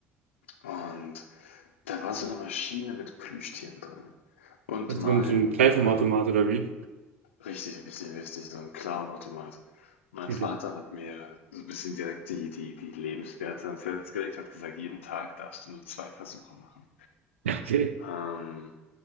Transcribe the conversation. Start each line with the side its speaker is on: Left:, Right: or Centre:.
Left: Und da war so eine Maschine mit Plüschtieren drin. Und
Right: Also
Left: mein
Right: so ein, so ein Kleinformatomat
Left: äh,
Right: oder wie?
Left: Richtig, richtig, richtig, so 'n Clownautomat. Mein
Right: Okay.
Left: Vater
Right: <laughs>
Left: hat mir so ein bisschen direkt die die die Lebenswerte ans Herz gelegt, hat gesagt: „Jeden Tag darfst du nur 2 Versuche machen.“
Right: Ja, Okay.
Left: Ähm,